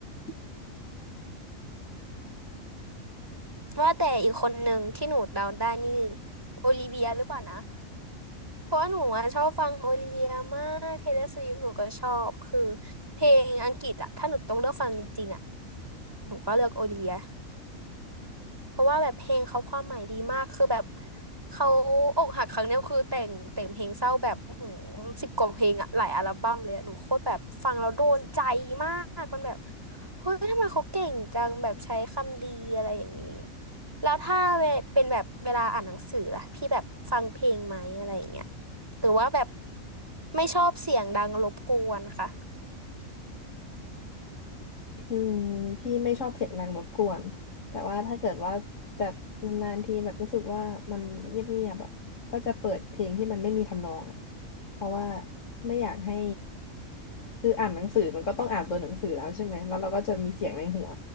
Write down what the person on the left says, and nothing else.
ม
อืมพี่ไม่ชอบเสียงดังรบกวนแต่ว่าถ้าเกิดว่าแบบนานๆทีแบบรู้สึกว่ามันเงียบๆอ่ะก็จะเปิดเพลงที่มันไม่มีทำนองอ่ะเพราะว่าไม่อยากให้ คืออ่านหนังสือมันก็ต้องอ่านตัวหนังสือแล้วใช่ไหมแล้วเราก็จะมีเสียงในหัว